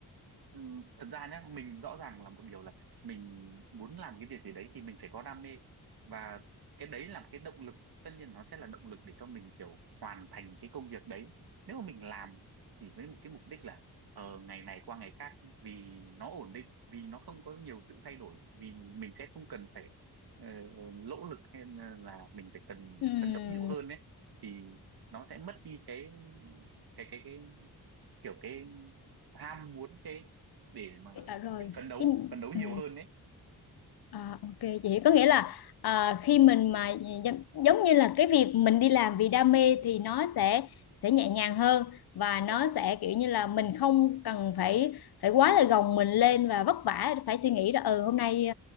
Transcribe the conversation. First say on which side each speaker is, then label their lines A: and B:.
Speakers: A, on the right (about 65°); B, on the left (about 70°).
A: ừ, thật ra nhá mình rõ ràng là một điều là mình muốn làm cái việc gì đấy thì mình phải có đam mê và cái đấy là cái động lực tất nhiên nó sẽ là động lực để cho mình kiểu hoàn thành cái công việc đấy nếu mà mình làm chỉ với một cái mục đích là ờ, ngày này qua ngày khác vì nó ổn định vì nó không có nhiều sự thay đổi vì mình sẽ không cần phải ờ, lỗ lực hay là mình phải cần
B: Ừ,
A: phấn đấu nhiều hơn ấy thì nó sẽ mất đi cái cái cái cái kiểu cái ham muốn cái để mà
B: à, rồi
A: phấn đấu
B: cái
A: phấn đấu nhiều
B: ừ,
A: hơn đấy
B: à, ok chị có nghĩa là à, khi mình mà giống, giống như là cái việc mình đi làm vì đam mê thì nó sẽ sẽ nhẹ nhàng hơn và nó
A: dạ vâng
B: sẽ kiểu như là mình không cần phải phải quá là gồng mình lên và vất vả phải suy nghĩ là ừ hôm nay